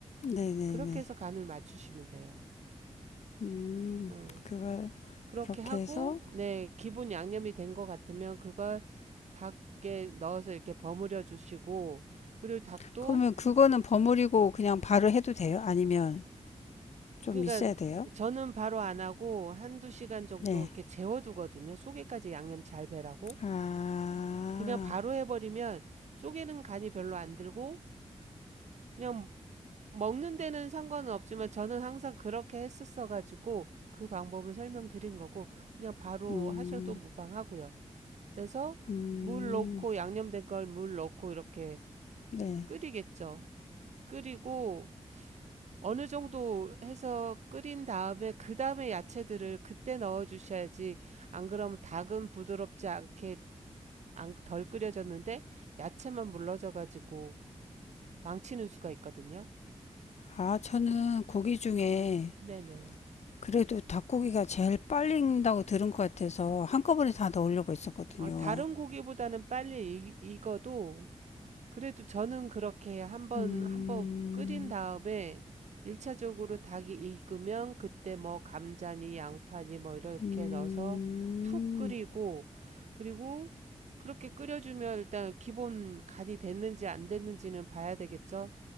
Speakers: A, on the left; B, on the right.
A: 네네네.
B: 그렇게 해서 간을 맞추시면 돼요.
A: 음,
B: 어.
A: 그걸
B: 그렇게
A: 그렇게
B: 하고
A: 해서
B: 네 기본 양념이 된 것 같으면 그걸 닭에 넣어서 이렇게 버무려 주시고 그리고 닭도
A: 그러면 그거는 버무리고 그냥 바로 해도 돼요? 아니면 좀
B: 그러니까
A: 있어야 돼요?
B: 저는 바로 안 하고 한두 시간 정도
A: 네.
B: 이렇게 재워두거든요. 속에까지 양념 잘 배라고
A: 아,
B: 그냥 바로 해버리면 속에는 간이 별로 안 들고 그냥 먹는 데는 상관은 없지만 저는 항상 그렇게 했었어가지고 그 방법은 설명드린 거고 그냥 바로
A: 음,
B: 하셔도 무방하고요. 그래서
A: 음,
B: 물 넣고 양념된 걸 물 넣고 이렇게
A: 네.
B: 끓이겠죠. 끓이고 어느 정도 해서 끓인 다음에 그 다음에 야채들을 그때 넣어 주셔야지 안 그러면 닭은 부드럽지 않게 덜 끓여졌는데 야채만 물러져 가지고 망치는 수가 있거든요.
A: 아, 저는 고기 중에
B: 네네.
A: 그래도 닭고기가 제일 빨리 익는다고 들은 것 같아서 한꺼번에 다 넣으려고 했었거든요.
B: 어, 다른 고기보다는 빨리 익, 익어도 그래도 저는 그렇게 한번
A: 음,
B: 한번 끓인 다음에 일차적으로 닭이 익으면 그때 뭐 감자니 양파니 뭐 이렇게
A: 음,
B: 넣어서 푹 끓이고 그리고 그렇게 끓여주면 일단 기본 간이 됐는지 안 됐는지는 봐야 되겠죠.